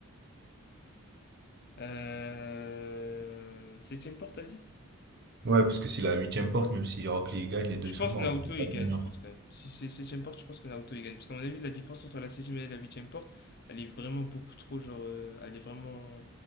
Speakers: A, on the left (about 45°); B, on the right (about 45°).
A: Euh, Septième porte, t'as dit?
B: Ouais, parce que si la huitième porte, même si Rock Lee gagne, les deux
A: Je
B: ils
A: pense
B: sont morts,
A: que Naoto
B: donc il n'y
A: il
B: a pas de
A: gagne,
B: gagnant.
A: je pense quand même. Si c'est septième porte, je pense que Naoto il gagne. Parce qu'à mon avis, la différence entre la septième et la huitième porte, elle est vraiment beaucoup trop, genre, euh, elle est vraiment.